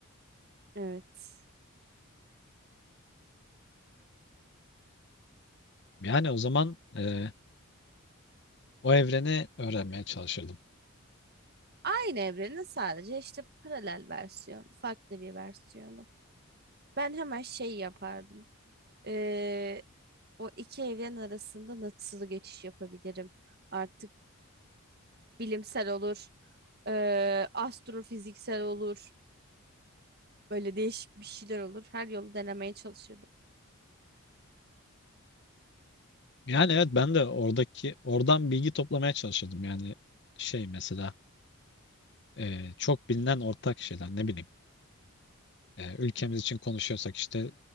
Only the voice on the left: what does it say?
Yani o zaman e, o evreni öğrenmeye çalışırdım.
Yani evet ben de oradaki oradan bilgi toplamaya çalışırdım. Yani şey mesela e, çok bilinen ortak şeyler ne bileyim. E, ülkemiz için konuşuyorsak işte